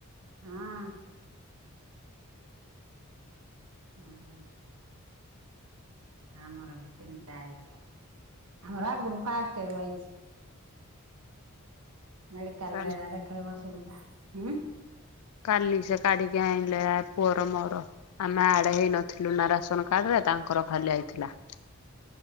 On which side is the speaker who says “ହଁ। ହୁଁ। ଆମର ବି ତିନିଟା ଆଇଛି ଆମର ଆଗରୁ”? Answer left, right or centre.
Right